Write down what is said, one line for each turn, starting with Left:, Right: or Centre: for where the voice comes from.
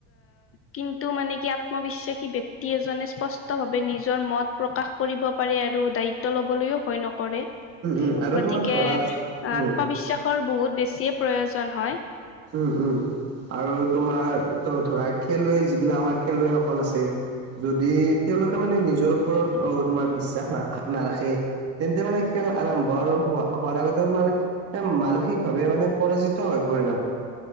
Left: কিন্তু টো মানে কি আত্মবিশ্বাসী ব্যক্তি এজনে স্পষ্টভাৱে নিজৰ মত প্ৰকাশ কৰিব পাৰে আৰু দায়িত্ব ল'বলৈও ভয় নকৰে কৰে
Right: উম আৰু
Left: গতিকে
Right: তোমাৰ ধৰা
Left: আত্মবিশ্বাসৰ
Right: উম
Left: বহুত বেছিয়ে প্ৰয়োজন হয়
Right: উম উম আৰু তোমাৰ ত ধৰা খেলুৱৈ যিবিলাক আমাৰ খেলুৱৈসকল আছে যদি তেওঁলোকে মানে নিজৰ ওপৰত আহ তোমাৰ বিশ্বাস নাখ নাৰাখে তেন্তে মানে খেল আৰম্ভ আৰু হ হোৱাৰ আগতে মানে মানসিক ভাৱে মানে পৰাজিত হয় বোৰে